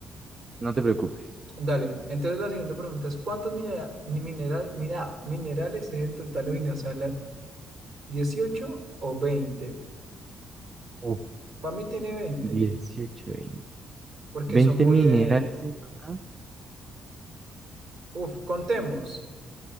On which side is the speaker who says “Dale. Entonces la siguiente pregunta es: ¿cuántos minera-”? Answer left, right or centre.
Right